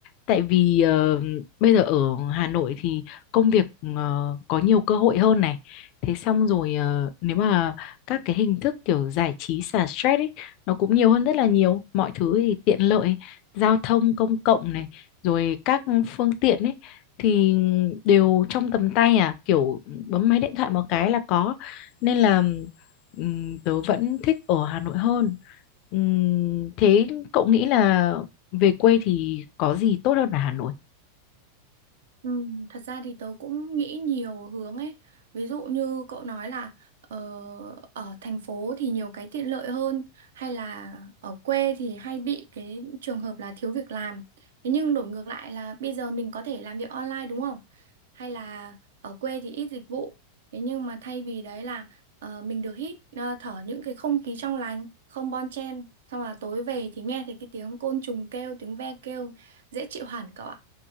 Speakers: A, on the left; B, on the right.
A: Tại vì ờ, bây giờ ở Hà Nội thì công việc ờ, có nhiều cơ hội hơn này. Thế xong rồi ờ, nếu mà các cái hình thức kiểu giải trí xả stress ấy nó cũng nhiều hơn rất là nhiều mọi thứ thì tiện lợi giao thông công cộng này rồi các phương tiện ấy thì đều trong tầm tay à kiểu bấm máy điện thoại một cái là có nên là ừm, tớ vẫn thích ở Hà Nội hơn Ừm, thế cậu nghĩ là về quê thì có gì tốt hơn ở Hà Nội?
B: Ừ, thật ra thì tớ cũng nghĩ nhiều hướng ấy. Ví dụ như cậu nói là ờ, ở thành phố thì nhiều cái tiện lợi hơn hay là ở quê thì hay bị cái trường hợp là thiếu việc làm. Thế nhưng đổi ngược lại là bây giờ mình có thể làm việc online đúng không? Hay là ở quê thì ít dịch vụ. Thế nhưng mà thay vì đấy là ờ, mình được hít ờ, thở những cái không khí trong lành, không bon chen. Xong là tối về thì nghe thấy cái tiếng côn trùng kêu, tiếng ve kêu, dễ chịu hẳn cậu ạ.